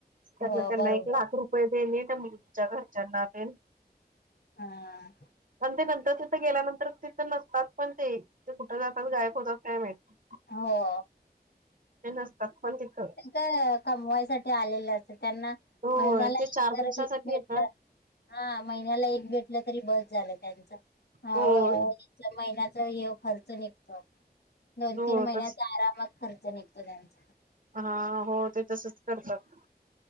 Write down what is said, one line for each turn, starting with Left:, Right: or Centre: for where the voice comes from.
Right: त्यातलं
Left: हो
Right: त्यांना
Left: बरोबर
Right: एक लाख रुपये देणे, त्या मुलीच्या घरच्यांना तेन.
Left: हं.
Right: आणि ते नंतर, तिथं गेल्यानंतर, तिथं नसतात पण ते, ते कुठं जातात?, गायब होतात, काय माहित.
Left: हहॉ.
Right: ते नसतात पण तिथं.
Left: ती क कमवायसाठी आलेलं असत्यात, त्यांना
Right: होय
Left: महिन्याला
Right: ते
Left: <unintelligible>
Right: चार दिवसासाठी
Left: भेटलं.
Right: येतात
Left: हां, महिन्याला एक भेटलं, तरी बस झालं, त्यांचं, ह
Right: होय
Left: व. चां महिन्याच ह्यो खर्च निघतो, दोन-तीन
Right: हो
Left: महिन्याचा
Right: तस
Left: आरामात खर्च निघतो, त्यांचा.
Right: हां, हो ते तसच करतात.